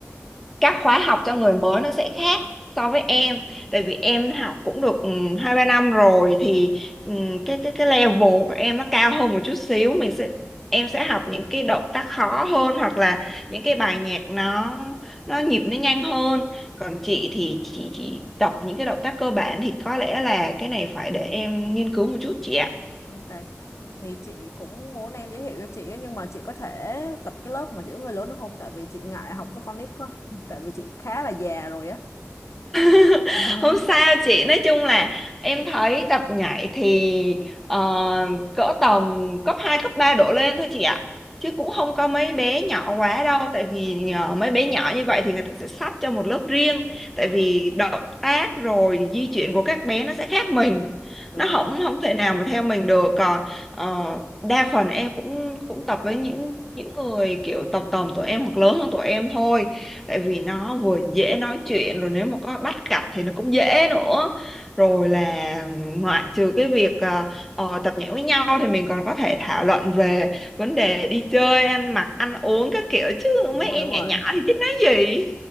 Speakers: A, in the centre; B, on the left.
A: các khóa học cho người mới nó sẽ khác so với em tại vì em học cũng được ừ, hai ba năm rồi thì ừ, cái cái cái level của em nó cao hơn một chút xíu mình sẽ em sẽ học những cái động tác khó hơn hoặc là những cái bài nhạc nó nó nhịp nó nhanh hơn còn chị thì chị chỉ tập những cái động tác cơ bản thì có lẽ là cái này phải để em nghiên cứu một chút chị ạ
B: ok thì chị cũng muốn em giới thiệu cho chị ấy, nhưng mà chị có thể tập cái lớp mà chỉ có người lớn được không tại vì chị ngại học với con nít quá <laughs> tại vì chị khá là già rồi á
A: <laughs>
B: <laughs>
A: không sao chị nói chung là em thấy tập nhảy thì ờ, cỡ tầm cấp 2 cấp 3 đổ lên thôi chị ạ chứ cũng không có mấy bé nhỏ quá đâu tại vì nhờ mấy bé nhỏ như vậy thì người ta sẽ sắp cho một lớp riêng tại
B: Ờ,
A: vì động tác rồi di chuyển của các bé nó sẽ khác mình
B: đúng
A: nó
B: rồi
A: không không thể nào mà theo mình được còn ờ, đa phần em cũng cũng tập với những những người kiểu tầm tầm tuổi em hoặc lớn hơn tuổi em thôi tại vì nó vừa dễ nói chuyện rồi nếu mà có bắt cặp thì nó cũng dễ nữa rồi là ngoại trừ cái việc ờ, ờ, tập nhảy với nhau thì mình còn có thể thảo luận về vấn đề đi chơi ăn mặc ăn uống các kiểu chứ
B: đúng
A: mấy
B: rồi
A: em
B: đúng
A: nhỏ
B: rồi
A: nhỏ thì biết nói gì